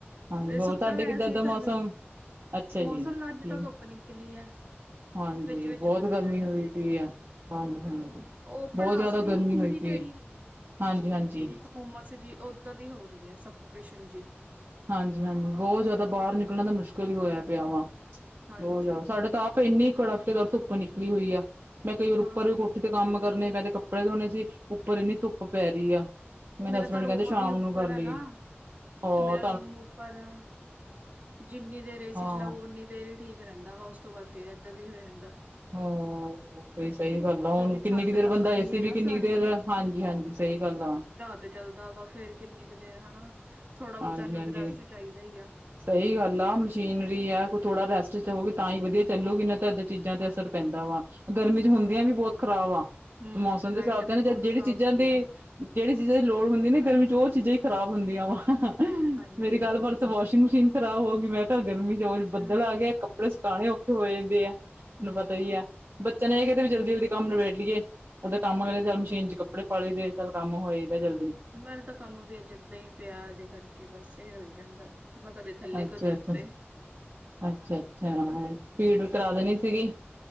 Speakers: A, on the right; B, on the right.
A: ਹਾਂਜੀ,
B: ਇਹ
A: ਹੋਰ
B: ਸੁੱਤਾ
A: ਤੁਹਾਡੇ
B: ਪਿਆ
A: ਕਿੱਦਾਂ
B: ਸੀ
A: ਏ ਦਾ
B: ਥੱਲੇ
A: ਮੌਸਮ? ਅੱਛਾ
B: ਮੌਸਮ
A: ਜੀ
B: ਨਾ ਅੱਜ
A: ਜੀ
B: ਤਾਂ ਧੁੱਪ ਨਿਕਲੀ ਐ।
A: ਹਾਂਜੀ
B: ਵਿੱਚ -ਵਿਚ
A: ਬਹੁਤ
B: ਬਦਲ
A: ਗਰਮੀ
B: ਆ ਜਾਂਦੇ
A: ਹੋਈ
B: ਨੇ।
A: ਪਈ ਆ ਹਾਂਜੀ ਹਾਂਜੀ
B: ਉਹ
A: ਬਹੁਤ
B: ਭੜਾਸ
A: ਜ਼ਿਆਦਾ
B: ਜੀ
A: ਗਰਮੀ
B: ਨੀ ਹੁੰਦੀ
A: ਹੋਈ
B: ਜਿਹੜੀ
A: ਪਈ ਹਾਂਜੀ ਹਾਂਜੀ
B: ਹੁੰਮਸ ਜੀ, ਉਦਾ ਦੀ ਹੋ ਰਹੀ ਏ ਸਫੋਕੇਸ਼ਨ ਜੀ।
A: ਹਾਂਜੀ- ਹਾਂਜੀ ਬਹੁਤ ਜ਼ਿਆਦਾ ਬਾਹਰ ਦਾ ਮੁਸ਼ਕਿਲ ਹੀ ਹੋਇਆ ਪਿਆ ਵਾ,
B: ਹਾਂਜੀ।
A: ਬਹੁਤ ਜ਼ਿਆਦਾ, ਸਾਡੇ ਤਾਂ ਆਪ ਇੰਨੀ ਕੜਾਕੇ ਦਾਰ ਧੁੱਪ ਨਿਕਲੀ ਹੋਈ ਆ। ਮੈਂ ਕਈ ਵਾਰ ਉੱਪਰ
B: ਹਾਂ
A: ਵੀ ਕੋਠੇ ਤੇ ਕੰਮ ਕਰਨੇ ਮੈਂ ਕੱਪੇ ਕੱਪੜੇ ਧੋਣੇ ਸੀ, ਉੱਪਰ ਇੰਨੀ ਧੁੱਪ ਪੈ ਰਹੀ ਆ, ਮੇਰੇ
B: ਮੇਰਾ
A: ਹਸਬੈਂਡ
B: ਤਾਂ ਰੂਮ
A: ਕਹਿੰਦੇ ਸ਼ਾਮ
B: ਵੀ ਉੱਪਰ
A: ਨੂੰ ਕਰ ਲੀ।
B: ਹੈ ਨਾ
A: ਹੋਰ?
B: ਤੇ ਮੇਰਾ ਰੂਮ ਉੱਪਰ ਆ, ਜਿੰਨੀ ਦੇਰ ਏਸੀ
A: ਹਾਂ।
B: ਚਲਾਓ, ਉਨੀ ਦੇਰ ਹੀ ਠੀਕ ਰਹਿੰਦਾ ਵਾ। ਉਸ ਤੋਂ ਬਾਅਦ ਫੇਰ ਇੱਦਾਂ ਦਾ ਹੀ ਹੋ ਜਾਂਦਾ।
A: ਹੂੰ ਭਈ ਸਹੀ ਗੱਲ ਆ, ਹੁਣ
B: ਕਿਉਂਕਿ
A: ਕਿੰਨੀ
B: ਛੱਤ
A: ਕੁ ਦੇਰ
B: ਤਪਦੀ
A: ਬੰ ਦਾ ਏ ਸੀ
B: ਹੈ ਨਾ
A: ਵੀ ਕਿੰਨੀ
B: ਸਾਰੀ
A: ਕੁ ਦੇਰ, ਹਾਂਜੀ- ਹਾਂਜੀ ਸਹੀ ਗੱਲ ਆ।
B: ਤੇ ਚੱਲਦਾ ਵਾ, ਫੇਰ ਕਿੰਨੀ ਕੁ ਦੇਰ ਹੈਨਾ। ਭਾਊ
A: ਹਾਂਜੀ-ਹਾਂਜੀ
B: ਤਾਨੂੰ ਵੀ ਰੈਸਟ ਚ ਚਾਹੀਦਾ ਹੀ ਆ।
A: ਸਹੀ ਗੱਲ ਆ, ਮਸ਼ੀਨਰੀ ਆ, ਕੋਈ ਥੋੜਾ ਰੈਸਟ ਚ
B: ਹਾਂਜੀ
A: ਹੋੋਉਗੀ ਤਾਂ ਹੀ ਵਧੀਆ ਚੱਲੂਗੀ, ਨਹੀਂ ਤਾਂ ਏਦਾਂ ਚੀਜ਼ਾਂ ਤੇ
B: ਹਾਂਜੀ
A: ਅਸਰ ਪੈਂਦਾ ਵਾ। ਗਰਮੀ ਚ ਹੁੰਦੀਆਂ ਵੀ ਬਹੁਤ ਖ਼ਰਾਬ ਆ।
B: ਹਮ
A: ਮੌਸਮ
B: ਲਾਈਟ
A: ਦੇ ਹਿਸਾਬ ਤੇ
B: ਵੀ
A: ਨਾ
B: ਬਹੁਤ
A: ਜਿਹੜੀ
B: ਖ਼ਰਾਬ
A: ਚੀਜ਼ਾਂ
B: ਹੁੰਦੇ
A: ਦੀ
B: ਆ
A: ਜਿਹੜੀ ਚੀਜ਼ਾਂ ਦੀ ਲੋੜ ਹੁੰਦੀ ਨਾ ਗਰਮੀ ਚ ਉਹ ਚੀਜ਼ਾਂ ਈ ਖਰਾਬ ਹੁੰਦੀਆਂ ਵਾ ਹਾਆਆ
B: ਹਾਂਜੀ
A: ਮੇਰੀ ਗੱਲ ਪਰ ਵਾਸ਼ਿੰਗ ਮਸ਼ੀਨ ਖਰਾਬ ਹੋ ਗਈ। ਮੈਂ ਕਿਹਾ ਗਰਮੀ ਚ
B: ਅੱਛਾ
A: ਬੱਦਲ ਆ ਗਿਆ ਕੱਪੜੇ ਸੁਕਾਣੇ ਔਖੇ ਹੋ ਜਾਂਦੇ ਆ। ਤੈਨੂੰ
B: ਹਮ
A: ਪਤਾ ਈ ਆ, ਬੱਚਿਆ ਨੇ ਇਹ ਕਿਹਤਾ ਵੀ ਜਲਦੀ- ਜਲਦੀ ਕੰਮ ਨਿਵੇੜ ਲਈਏ। ਉਹਦੇ ਕੰਮ ਕਰਲੇ
B: ਹਾਂਜੀ
A: ਮਸ਼ੀਨ ਚ ਕੱਪੜੇ ਪਾ ਲਈ ਦੇ ਚਲ ਕੰਮ ਹੋਏਦਾ ਜਲ
B: ਮੇਰੇ ਤਾਂ ਕੰਮ ਵੀ ਅੱਜ ਏਦਾਂ ਈ ਪਿਆ ਇਹਦੇ ਕਰਕੇ ਬਸ ਇਹ ਰੋਈ ਜਾਂਦਾ। ਮੈਂ ਕਦੇ ਥੱਲੇ
A: ਅੱਛਾ
B: ਕਦੇ
A: ਅੱਛਾ,
B: ਉੱਤੇ
A: ਅੱਛਾ ਅੱਛਾ, ਪੀੜ ਕਰਾ ਦੇਣੀ ਸੀਗੀ।